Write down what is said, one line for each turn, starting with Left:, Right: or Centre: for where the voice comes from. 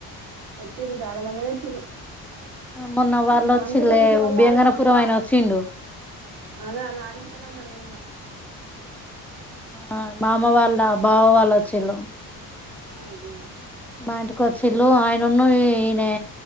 Right: పెట్టిర్రు చాలా మందే పెట్టిర్రు
Centre: మొన్న వాళ్ళు
Right: మాకు
Centre: వచ్చిలే
Right: అనిత పెళ్ళికి ఎవలు
Centre: బియంగనపురం
Right: రాలె
Centre: ఆయన వచ్చిండు
Right: అదే అదే అల్లింటికాన్నే ఉన్నా నిను కూడా
Centre: ఆ మామ వాళ్ళ బావ వాళ్ళు వచ్చేళ్ళు
Right: ఆ ఆ
Centre: మా ఇంటికి వచ్చిల్లు ఆయనున్ను ఈయనే